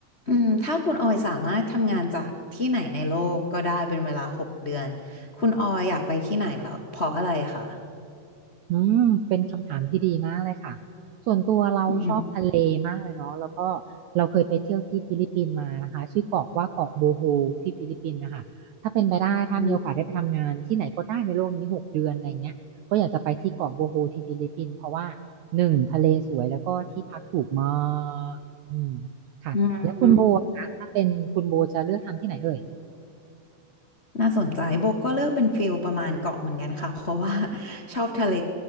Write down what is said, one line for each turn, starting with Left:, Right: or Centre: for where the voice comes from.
Left: อืมถ้าคุณออยสามารถทำงานจากที่ไหนในโลกก็ได้เป็นเวลาหกเดือนคุณออยอยากไปที่ไหนเหรอเพราะอะไรคะ
Right: อืมเป็นคำถามที่ดีมากเลยค่ะส่วนตัวเราชอบทะเลมากเลยเนาะแล้วก็เราเคยไปเที่ยวที่ฟิลิปปินส์มานะคะชื่อเกาะว่าเกาะโบโฮที่ฟิลิปปินส์นะคะถ้าเป็นไปได้ถ้ามีโอกาสได้ไปทำงานที่ไหนก็ได้ในโลกนี้หกเดือนอะไรเงี้ยก็อยากจะไปที่เกาะโบโฮที่ฟิลิปปินส์เพราะว่า
Left: อืมอ
Right: หนึ่งทะเลสวยแล้วก็ที่พักถูกมากอืมค่ะแล้วคุณโบคะถ้าเป็นคุณโบจะเลือกทำที่ไหนเอ่ย
Left: ืมน่าสนใจโบก็เลือกเป็นฟิลประมาณเกาะเหมือนกันค่ะเพราะว่า <laughs> ชอบทะเล